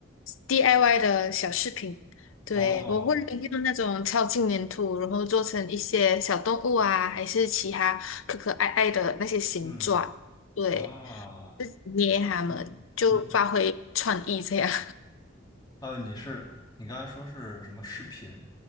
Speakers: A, on the left; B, on the left.
A: DIY 的小饰品。对，
B: 哦，
A: 我会用那种超轻粘土，然后做成一些小动物啊，还是其他可可爱爱的那些形状。
B: 嗯
A: 对。
B: 啊，
A: 就是捏他们，
B: 你你。
A: 就发挥创意这样。
B: 呃，你是你刚才说是什么视频？